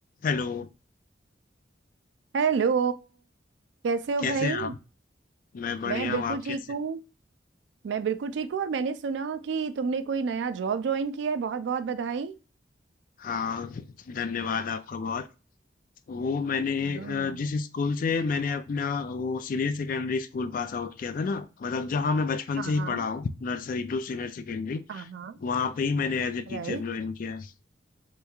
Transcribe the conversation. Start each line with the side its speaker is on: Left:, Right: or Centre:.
Left: Hello
Right: Hello कैसे हो
Left: कैसे
Right: भाई
Left: हैं आप मैं बढ़िया
Right: मैं बिल्कुल
Left: हूँ आप
Right: ठीक
Left: कैसे
Right: हूँ मैं बिल्कुल ठीक हूँ और मैंने सुना कि तुमने कोई नया जॉब ज्वाइन किया है बहुत बहुत बधाई
Left: हाँ धन्यवाद आपका बहुत वो मैंने
Right: हम्म
Left: अ, जिस स्कूल से मैंने अपना वो senior secondary school pass out किया था ना मतलब जहाँ मैं बचपन
Right: हाँ
Left: से ही
Right: हाँ
Left: पढ़ा हूँ नर्सरी टू सीनियर सेकेंडरी
Right: हाँ हाँ
Left: वहाँ पे ही मैंने एज ए टीचर
Right: राइट
Left: ज्वाइन किया है